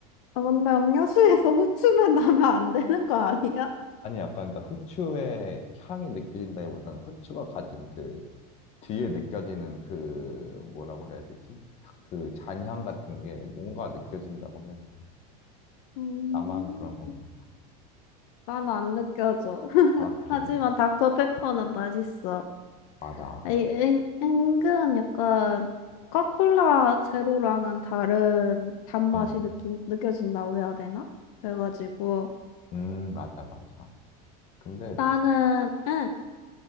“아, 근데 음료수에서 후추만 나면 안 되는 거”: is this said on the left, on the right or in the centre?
Left